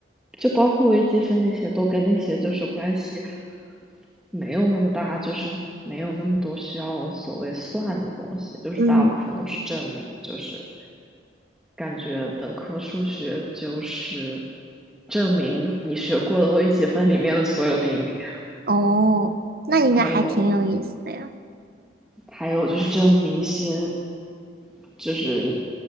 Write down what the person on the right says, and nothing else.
嗯，
哦，那应该还挺有意思的呀。